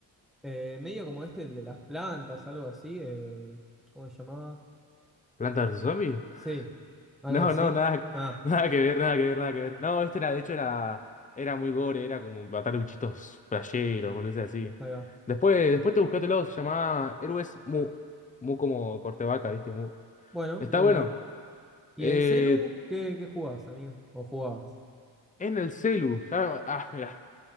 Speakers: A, in the centre; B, on the left.
A: Eh, medio como este, el de las plantas, algo así. eh, ¿cómo se llamaba?
B: ¿Planta vs zombie?
A: Sí, algo
B: No,
A: así.
B: no, nada,
A: Ah,
B: nada que ver, nada que ver, nada que ver. No, este era, de hecho, era, era muy gore, era como matar bichitos playeros, boludeces así.
A: ahí va.
B: Después, después te buscátelo, se llamaba Héroes Mu. Mu como corte vaca, ¿viste? Mu.
A: Bueno,
B: Está
A: de
B: bueno.
A: una. ¿Y
B: Eh,
A: en celu qué, qué jugás, amigo? ¿O jugabas?
B: en el celu. Ya, ah, mira.